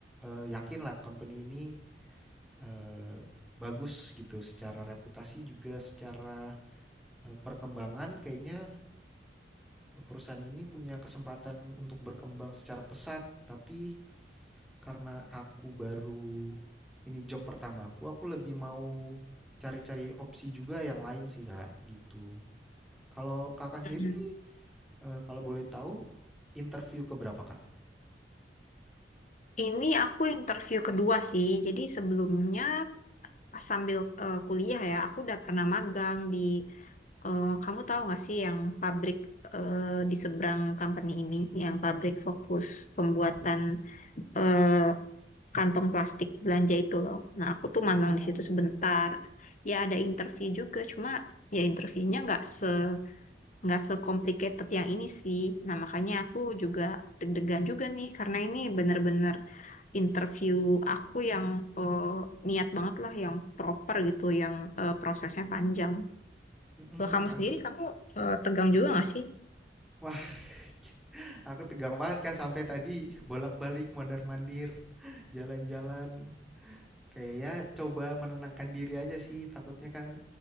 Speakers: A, in the centre; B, on the left (about 45°).
A: eh, yakin lah company ini eh, bagus gitu secara reputasi juga secara eh, perkembangan kayaknya perusahaan ini punya kesempatan untuk berkembang secara pesat, tapi karena aku baru ini job pertamaku, aku lebih mau cari-cari opsi juga yang lain sih, Kak, gitu. Kalau kakak sendiri
B: mm-mm.
A: nih, eh, kalau boleh tahu, interview ke berapa kak?
B: Ini aku interview kedua sih. Jadi sebelumnya pas sambil eh, kuliah ya, aku udah pernah magang di eh, kamu tahu nggak sih yang pabrik eh, di seberang company ini, yang pabrik fokus pembuatan eh, kantong plastik belanja itu loh. Nah, aku tuh magang
A: Oh,
B: di situ sebentar. Ya ada interview juga, cuma ya interviewnya nggak se nggak se-complicated yang ini sih. Nah, makanya aku juga deg-degan juga nih karena ini bener-bener interview aku yang eh, niat banget lah, yang proper gitu, yang eh, prosesnya panjang.
A: Mm-mm,
B: Kalau kamu
A: ah,
B: sendiri, kamu eh, tegang juga nggak sih?
A: wah, <laughs> aku tegang banget kak sampai tadi bolak-balik mondar-mandir, <laughs> jalan-jalan. Kayak ya coba menenangkan diri aja sih, takutnya kan